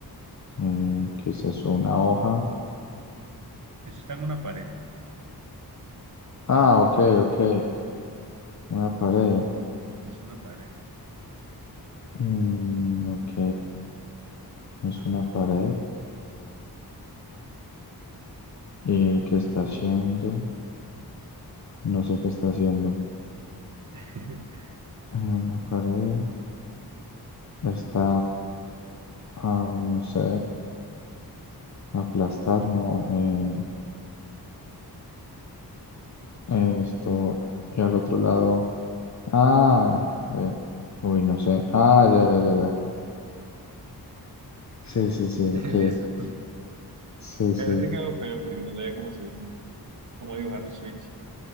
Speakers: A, on the left; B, on the right.
A: Eh, ¿qué es eso? ¿Una hoja?
B: Eso está en una pared.
A: Ah, ok, ok. Una pared.
B: Esto es una pared.
A: Mm, ok, es una pared. ¿Y qué está haciendo? No sé qué está haciendo.
B: <laughs>
A: Eh, Una pared. está a, no sé, aplastar, ¿no? Eh, esto, y al otro lado, ah, eh, uy, no sé, ah, ya, ya, ya, ya. Sí, sí, sí,
B: Listo.
A: ok, sí,
B: Eso
A: sí.
B: sí quedó feo porque no sabía cómo, se, cómo dibujar un switch.